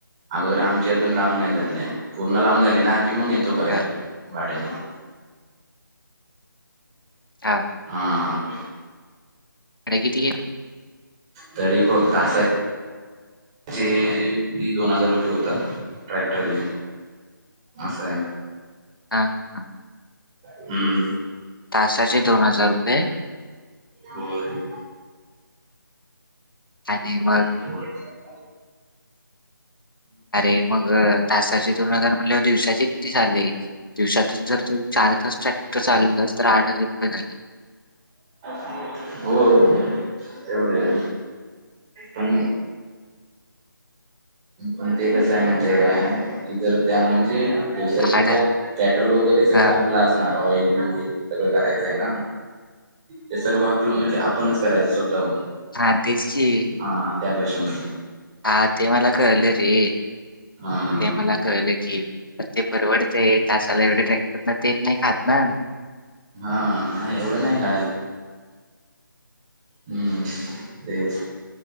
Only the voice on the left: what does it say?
हा
हा.
भाडं किती घेत
हा हा हां.
तासाचे दोन हजार रुपये?
आणि मग
अरे मग तासाचे दोन हजार म्हटले की दिवसाचे किती झाले? दिवसा तुन जर तु चार तास ट्रॅक्टर चालवलास तर आठ हजार रुपये झाले.
आठ हजार
हा
हा, तेच की
हा ते मला कळलं रे
ते मला कळलं की ते परवडतय तासाला एवढे ट्रॅक्टरला तेल नाही खातना?